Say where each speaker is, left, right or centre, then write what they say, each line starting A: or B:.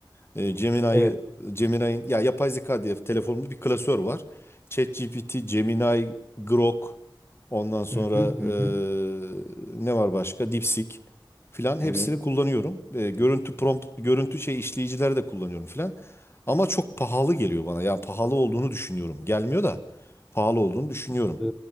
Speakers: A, on the left; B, in the centre.
A: E, Gemini'yi,
B: Evet.
A: Gemini'nin ya yapay zeka diye telefonumda bir klasör var. ChatGPT, Gemini, Grok, ondan sonra
B: Hı hı hı. hı.
A: e, ne var başka? DeepSeek filan
B: Evet.
A: hepsini kullanıyorum. E, görüntü prompt, görüntü şey işleyicileri de kullanıyorum filan. Ama çok pahalı geliyor bana. Yani pahalı olduğunu düşünüyorum. Gelmiyor da pahalı olduğunu düşünüyorum.
B: E,